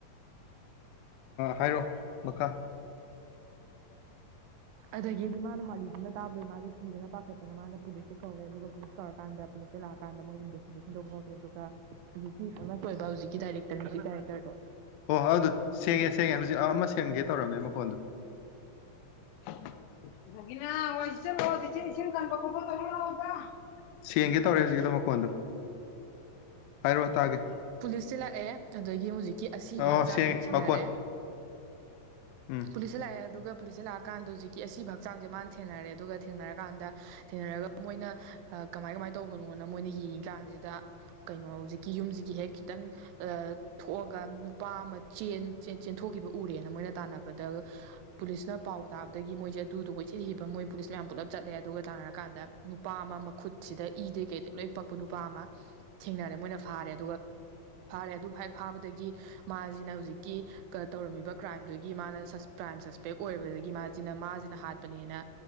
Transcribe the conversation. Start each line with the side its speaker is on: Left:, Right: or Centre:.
Left: ꯍꯥꯏꯔꯛꯑꯣ ꯃꯈꯥ
Right: ꯑꯗꯒꯤꯗꯤ ꯃꯥꯅ ꯃꯥꯂꯤꯗꯨꯅ ꯇꯥꯕꯗꯣꯏ ꯃꯥꯁ ꯀꯤꯗꯅ ꯄꯥꯈꯠꯇꯅ ꯃꯥꯅ ꯄꯨꯂꯤꯁꯁ ꯀꯧꯔꯦ ꯑꯗꯨꯒ ꯄꯨꯂꯤꯁ ꯀꯧꯔꯀꯥꯟꯗ ꯄꯨꯂꯤꯁꯇ ꯂꯥꯛꯀꯥꯟꯗ ꯃꯣꯏ ꯏꯟꯕꯁꯇꯤꯒꯦꯁꯟ ꯇꯧꯕ ꯍꯧꯔꯛꯦ ꯑꯗꯨꯒ ꯍꯧꯖꯤꯛꯀꯤ ꯐ ꯑꯣꯏꯕ ꯍꯧꯖꯤꯛ ꯗꯥꯏꯔꯦꯛꯇꯔꯖꯤꯛ ꯗꯥꯏꯔꯦꯛꯇꯔꯗꯣ
Left: ꯑꯣ ꯍꯣꯏ ꯑꯗꯨ ꯁꯦꯡꯉꯦ ꯁꯦꯡꯉꯦ ꯍꯧꯖꯤꯛ ꯑ ꯑꯃ ꯁꯦꯡꯒꯦ ꯇꯧꯔꯝꯃꯦ ꯃꯈꯣꯟꯗꯨ <unintelligible> ꯑꯗꯨꯗꯒꯤꯅꯥ ꯋꯥ ꯁꯤ ꯏꯁꯤ ꯀꯥꯟꯕ ꯈꯣꯄ ꯇꯧꯗ ꯁꯦꯡꯒꯦ ꯇꯧꯔꯦ ꯍꯧꯖꯤꯛꯗ ꯃꯈꯣꯟꯗꯣ ꯍꯥꯏꯔꯛꯑꯣ ꯇꯥꯒꯦ
Right: ꯄꯨꯂꯤꯁꯁꯤ ꯂꯥꯛꯑꯦ ꯑꯗꯨꯗꯒꯤ ꯍꯧꯖꯤꯛꯀꯤ ꯑꯁꯤꯕ
Left: ꯑꯣ
Right: ꯍꯛꯆꯥꯡꯁ
Left: ꯁꯦꯡꯉꯦ
Right: ꯊꯤꯡꯅꯔꯦ
Left: ꯃꯈꯣꯟ ꯎꯝ
Right: ꯄꯨꯂꯤꯁ ꯄꯨꯁ ꯂꯥꯛꯑꯦ ꯑꯗꯨꯒ ꯄꯨꯂꯤꯁꯇ ꯂꯥꯛꯑꯀꯥꯟꯗ ꯍꯧꯖꯤꯛꯀꯤ ꯑꯁꯤꯕ ꯍꯛꯆꯥꯡꯁꯦ ꯃꯥꯅ ꯊꯦꯡꯅꯔꯦ ꯑꯗꯨꯒ ꯊꯦꯡꯅꯔꯀꯥꯟꯗ ꯊꯦꯡꯅꯔꯒ ꯃꯣꯏꯅ ꯀꯃꯥꯏ ꯀꯃꯥꯏꯅ ꯇꯧꯕꯅꯣꯅ ꯃꯣꯏꯅ ꯌꯦꯡꯉꯤ ꯀꯥꯟꯁꯤꯗ ꯀꯩꯅꯣ ꯍꯧꯖꯤꯛ ꯀ ꯌꯨꯝꯁꯤꯒꯤ ꯍꯦꯛ ꯈꯤꯇꯪ ꯊꯣꯛꯑꯒ ꯅꯨꯄꯥ ꯑꯃ ꯆꯦꯟꯊꯣꯛꯈꯤꯕ ꯎꯔꯦꯅ ꯃꯣꯏꯅ ꯇꯥꯟꯅꯕꯗ ꯄꯨꯂꯤꯁꯅ ꯄꯥꯎ ꯇꯥꯕꯗꯒꯤ ꯃꯣꯏꯁꯦ ꯑꯗꯨꯗꯣ ꯀꯣꯏꯊꯤꯠꯈꯤꯕ ꯃꯣꯏ ꯄꯨꯂꯤꯁ ꯃꯌꯥꯝ ꯄꯨꯂꯞ ꯆꯠꯂꯦ ꯑꯗꯨꯒ ꯆꯥꯟꯅꯔ ꯀꯥꯟꯗ ꯅꯨꯄꯥ ꯑꯃ ꯃꯈꯨꯠꯁꯤꯗ ꯏꯗꯩ ꯀꯩꯗ ꯂꯣꯏꯅ ꯄꯛꯄ ꯅꯨꯄꯥ ꯑꯃ ꯊꯦꯡꯅꯔꯦ ꯃꯣꯏꯅ ꯐꯥꯔꯦ ꯑꯗꯨꯒ ꯐꯥꯔꯦ ꯑꯗꯨ ꯐꯥꯏꯦꯛ ꯐꯥꯕꯗꯒꯤ ꯃꯥꯁꯤꯅ ꯍꯧꯖꯤꯛꯀꯤ ꯇꯧꯔꯝꯃꯤꯕ ꯀ꯭ꯔꯥꯏꯝꯗꯨꯒꯤ ꯃꯥꯅ ꯀ꯭ꯔꯥꯏꯝ ꯁꯁꯄꯦꯛ ꯑꯣꯏꯔꯕꯗꯒꯤ ꯃꯥꯁꯤ ꯁꯤꯅ ꯃꯥꯁꯤꯅ ꯍꯥꯠꯄꯅꯦꯅ